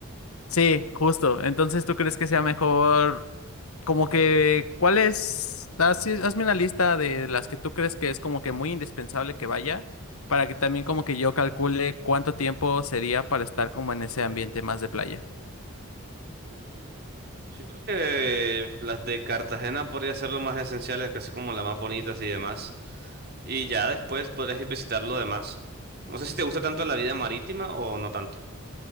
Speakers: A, on the left; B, on the right.
A: Sí, justo. Entonces, ¿tú crees que sea mejor? Como que, ¿cuál es? Así- Hazme una lista de las que tú crees que es como que muy indispensable que vaya, para que también como que yo calcule cuánto tiempo sería para estar como en ese ambiente más de playa.
B: Uf, Yo creo que las de Cartagena podría ser lo más esenciales, casi como las más bonitas y demás. Y ya después podrías ir visitar lo demás. No sé si te gusta tanto la vida marítima o no tanto.